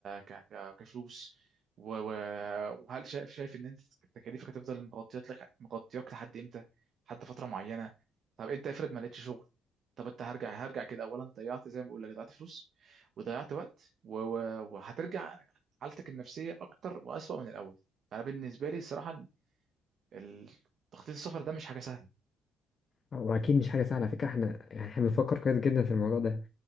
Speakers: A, on the right; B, on the left.
A: ك ك- كفلوس و- و- وهل شايف شايف ان انت تكاليفك هتفضل مغطيات لك مغطياك لحد امتى لحد فتره معينه طب انت افرض ما لقيتش شغل طب انت هرجع هرجع كده اولا ضيعت زي ما بقول لك ضيعت فلوس وضيعت وقت و- و- وهترجع حالتك النفسيه اكتر واسوأ من الاول فانا بالنسبه لي الصراحه ال- ال- تخطيط السفر ده مش حاجه سهله
B: واكيد مش حاجة سهلة على فكرة احنا يعني احنا بنفكر كويس جدا في الموضوع ده